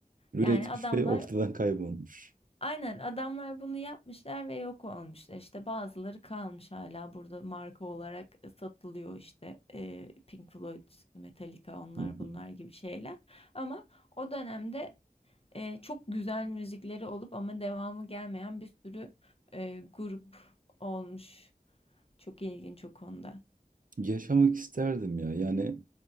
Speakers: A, on the right; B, on the left.
A: Üretmiş
B: Yani adamlar
A: ve ortadan kaybolmuş.
B: aynen adamlar bunu yapmışlar ve yok olmuşlar. İşte bazıları kalmış hala burada marka olarak satılıyor işte e, Pink Floyd, Metallica onlar
A: <laughs>
B: bunlar gibi şeyler. Ama o dönemde e, çok güzel müzikleri olup ama devamı gelmeyen bir sürü e, grup olmuş. Çok ilginç o konuda.
A: Yaşamak isterdim ya. Yani